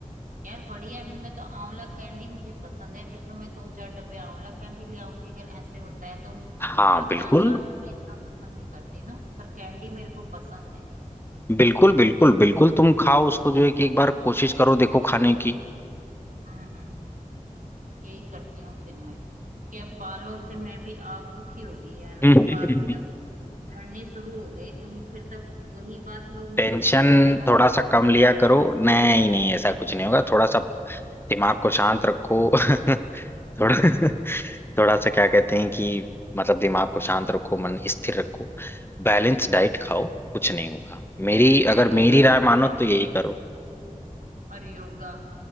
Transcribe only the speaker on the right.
यार बढ़िया है फिर मैं तो आंवला कैंडी मुझे पसंद है फिर तो मैं दो चार डब्बे आंवला कैंडी ले आऊंगी अगर ऐसे होता है तो
मुरब्बा
अचार तो मैं इतना पसंद नहीं करती ना पर कैंडी मेरे को पसंद है
फिर
हम्म हम्म हम्म यही करती हूँ फिर मैं क्योंकि अब बालों से मैं भी आप दुखी हो गई यार मेरे
बाल भी ना झड़ने शुरू हो गए कहीं फिर तब वही बात लोग
मुझे भी टकला ना
कहने
लगे <laughs>
और योगा
करें
हैं
और योगा